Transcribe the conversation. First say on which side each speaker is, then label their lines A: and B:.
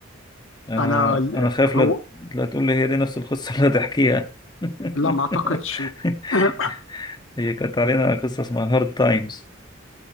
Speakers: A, on the left; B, on the left.
A: انا
B: انا
A: انا خايف لا,
B: هو
A: لا تقول لي هي دي نفس القصة اللي هتحكيها <laughs>
B: لا ما اعتقدش <clears throat>
A: هي كانت علينا قصة اسمها هارد تايمز